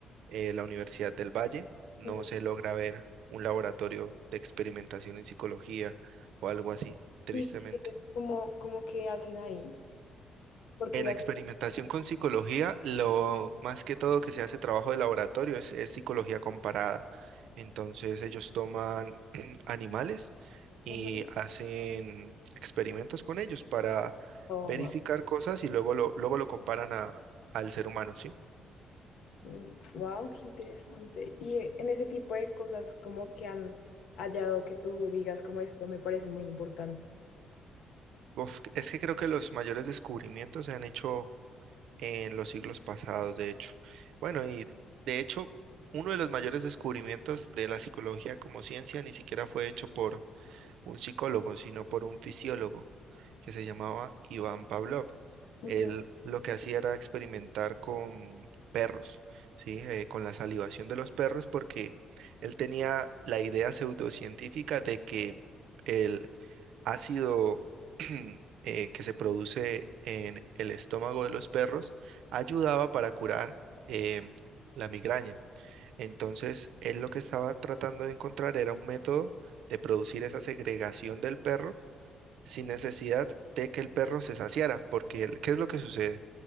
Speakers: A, on the right (about 80°); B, on the left (about 80°).
A: eh, la Universidad del Valle, no
B: Ujú.
A: se logra ver un laboratorio de experimentación en psicología o algo así, tristemente.
B: ¿Y qué- cómo, cómo que hacen ahí? Porque
A: En
B: los...
A: experimentación con psicología, lo más que todo que se hace trabajo de laboratorio es, es psicología comparada. Entonces ellos toman <clears throat> animales y
B: Ujú.
A: hacen experimentos con ellos para
B: Oh,
A: verificar
B: wow.
A: cosas y luego lo, luego lo comparan a, al ser humano, ¿sí?
B: Mm, Wow, qué interesante. Y eh, en ese tipo de cosas, ¿cómo que han hallado que tú digas como esto me parece muy importante?
A: Uf, es que creo que los mayores descubrimientos se han hecho en los siglos pasados, de hecho. Bueno, y de hecho, uno de los mayores descubrimientos de la psicología como ciencia ni siquiera fue hecho por un psicólogo, sino por un fisiólogo que se llamaba Iván Pavlov.
B: Ujú.
A: Él lo que hacía era experimentar con perros, ¿sí? Eh, con la salivación de los perros, porque él tenía la idea pseudocientífica de que el ácido <clears throat> eh, que se produce en el estómago de los perros ayudaba para curar em, la migraña. Entonces, él lo que estaba tratando de encontrar era un método de producir esa segregación del perro sin necesidad de que el perro se saciara, porque el- ¿qué es lo que sucede?